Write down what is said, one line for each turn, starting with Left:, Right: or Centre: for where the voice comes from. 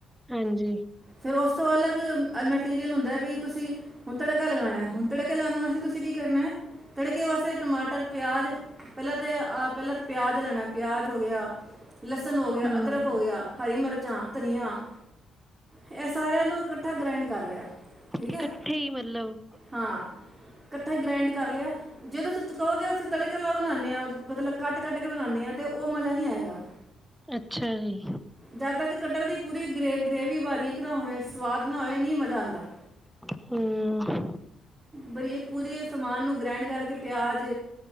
Centre: ਹਾਂਜੀ
Right: ਫਿਰ ਉਸ ਤੋਂ ਅਲੱਗ ਅ ਮਟੀਰੀਅਲ ਹੁੰਦਾ ਹੈ ਵੀ ਤੁਸੀਂ ਹੁਣ ਤੜਕਾ ਲਗਾਉਣਾ ਹੁਣ ਤੜਕੇ ਲਗਾਉਣਾ ਤੁਸੀਂ ਕੀ ਕਰਨਾ ਹੈ ਤੜਕੇ ਵਾਸੇ ਟਮਾਟਰ ਪਿਆਜ ਪਹਿਲਾਂ ਤੇ ਆਹ ਪਹਿਲਾਂ ਤੇ ਪਿਆਜ ਲੈਣਾ ਪਿਆਜ ਹੋ ਗਿਆ ਲਸਣ ਹੋ ਗਿਆ
Centre: ਹੂੰ
Right: ਅਦਰਕ ਹੋ ਗਿਆ। ਹਾਏ ਮਿਰਚਾਂ ਧਨੀਆ ਇਹ ਸਾਰਿਆਂ ਨੂੰ ਇਕੱਠਾ ਗ੍ਰੈਂਡ ਕਰ ਲਿਆ ਠੀਕ
Centre: ਇਕੱਠੇ
Right: ਹੈ
Centre: ਹੀ ਮਤਲਬ
Right: ਹਾਂ। ਇਕੱਠਾ ਗ੍ਰੈਂਡ ਕਰ ਲਿਆ ਜਦੋਂ ਤਦ ਕਹੋਗੇ ਅਸੀਂ ਤੜਕੇ ਵਾਲਾ ਬਣਾਉਂਦੇ ਹਾਂ ਮਤਲਬ ਘੱਟ ਘੱਟ ਕੇ ਬਣਾਉਂਦੇ ਹਾਂ ਤੇ ਉਹ ਮਜ਼ਾ ਨਹੀਂ ਆਏਗਾ
Centre: ਅੱਛਾ ਜੀ
Right: ਜਦ ਤੱਕ ਕਟਲ ਦੀ ਪੂਰੀ ਗ੍ਰੇ ਗ੍ਰੇਵੀ ਬਾਰੀਕ ਨਾ ਹੋਏ ਸਵਾਦ ਨਾ ਹੋਏ ਨਹੀਂ ਮਜ਼ਾ ਆਉਂਦਾ
Centre: ਹੂੰ,,,
Right: ਬਰੀ ਪੂਰੀ ਸਮਾਨ ਨੂੰ ਗ੍ਰੈਂਡ ਕਰਕੇ ਪਿਆਜ